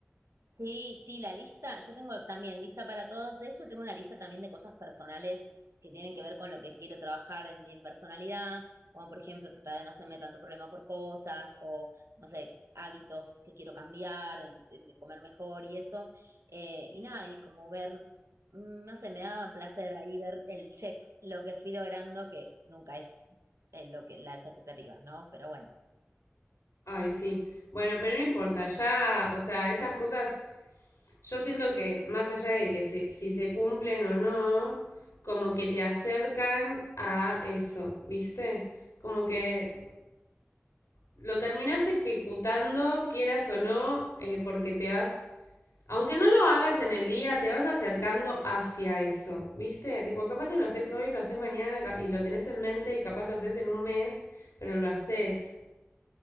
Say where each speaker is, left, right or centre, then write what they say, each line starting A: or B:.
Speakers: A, on the right; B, on the left.
A: Sí, sí, la lista, yo tengo también lista para todos. De hecho, tengo una lista también de cosas personales que tienen que ver con lo que quiero trabajar en mi personalidad, como por ejemplo tratar de no hacerme tanto problema por cosas o, no sé, hábitos que quiero cambiar, em, em, comer mejor y eso. Eh, y nada, y como ver, mm, no sé, me da placer ahí ver el check, lo que fui logrando, que nunca es eh, lo que las expectativas, ¿no? Pero bueno.
B: Ay, sí. Bueno, pero no importa, ya, o sea, esas cosas, yo siento que más allá de que se- si se cumplen o no, como que te acercan a eso, ¿viste? Como que lo terminás ejecutando, quieras o no, eh, porque te vas, aunque no lo hagas en el día, te vas acercando hacia eso, ¿viste? Tipo, capaz no lo haces hoy, lo haces mañana ca- y lo tenés en mente y capaz lo haces en un mes, pero lo haces.